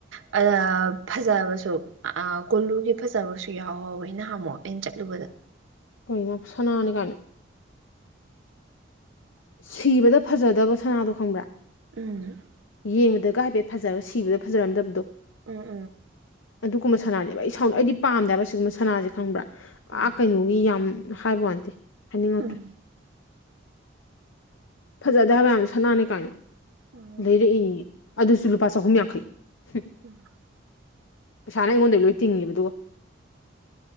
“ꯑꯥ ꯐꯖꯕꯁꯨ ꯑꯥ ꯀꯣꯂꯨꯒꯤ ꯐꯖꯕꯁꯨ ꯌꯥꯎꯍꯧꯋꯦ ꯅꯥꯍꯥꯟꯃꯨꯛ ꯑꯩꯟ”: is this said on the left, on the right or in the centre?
Right